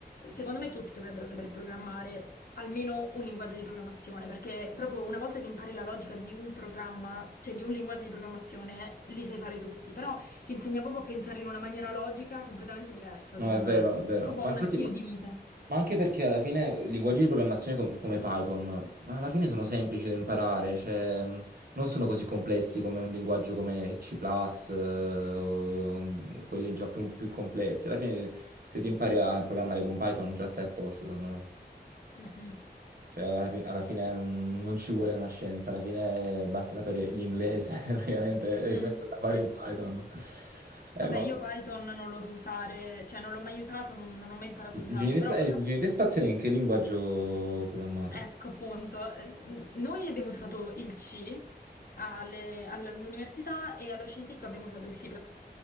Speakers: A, on the left (about 55°); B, on the right (about 60°).
A: secondo me tutti dovrebbero saper programmare almeno un linguaggio di programmazione, perché proprio una volta che impari la logica di un programma, cioè di un linguaggio di programmazione, li sai fare tutti, però ti insegna proprio a pensare in una maniera logica completamente diversa,
B: No,
A: secondo
B: è vero,
A: me.
B: è vero.
A: È proprio
B: Ma
A: una
B: infatti...
A: skill
B: ma-
A: di vita.
B: Ma anche perché alla fine linguaggi di programmazione com- come Python, ma alla fine sono semplici da imparare, cioè mh, non sono così complessi come un linguaggio come C++, eh, o mh, quelli già più, più complessi. Alla fine se ti impari a programmare con Python già stai a posto, secondo me.
A: Mm, mm,
B: Cioè alla, fi- alla fine non, non ci vuole una scienza, alla fine eh, basta sapere l'inglese, <laughs> praticamente,
A: mm,
B: e sai programmare
A: sì.
B: in Python. Eh,
A: Vabbè,
B: ma
A: io Python non lo so usare, cioè non l'ho mai usato, non, non ho mai imparato ad usarlo,
B: ingegneria,
A: però
B: spa- eh, ingegneria spaziale in che linguaggio programmate?
A: Ecco appunto, eh, s- n- noi abbiamo usato il C alle- all- all'università e allo scientifico abbiamo usato il C++,